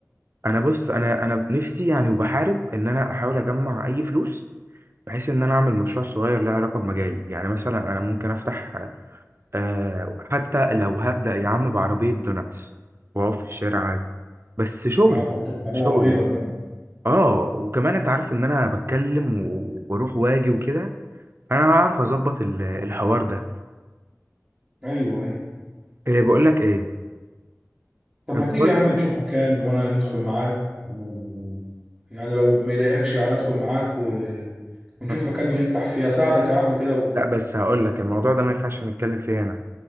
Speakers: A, on the right; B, on the right.
A: انا بص انا انا نفسي يعني وبحارب ان انا احاول اجمع اي فلوس بحيث ان انا اعمل مشروع صغير له علاقه بمجالي يعني مثلا انا ممكن افتح آه حتى لو هبدا يا عم بعربيه دوناتس واقف في الشارع عادي بس شغل
B: انا كنت بتعملها
A: شغلي
B: رهيبة الدنيا
A: اه وكمان انت عارف ان انا بتكلم و- وبروح واجي وكده فانا هعرف اظبط ال- الحوار ده
B: ايوه ايوه
A: إيه بقول لك ايه
B: طب
A: انت
B: ما تيجي
A: برضه
B: يا عم نشوف مكان وانا ندخل معاك و... يعني لو ما يضايقكش يعني ادخل معاك و... ونشوف
A: <laughs>
B: مكان ونفتح فيه اساعدك يا عم كده و...
A: لا بس هقول لك الموضوع ده ما ينفعش نتكلم فيه هنا